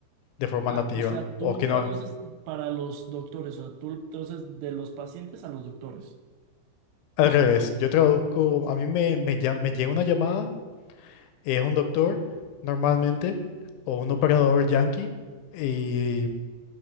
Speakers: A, on the left; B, on the right.
A: de forma
B: Ah,
A: nativa,
B: o sea, tú
A: o que
B: traduces
A: no,
B: para los doctores, o sea, tú traduces de los pacientes a los doctores.
A: al revés, yo traduzco, a mí me, me, llam- me llega una llamada, es un doctor normalmente, o un operador yankee, y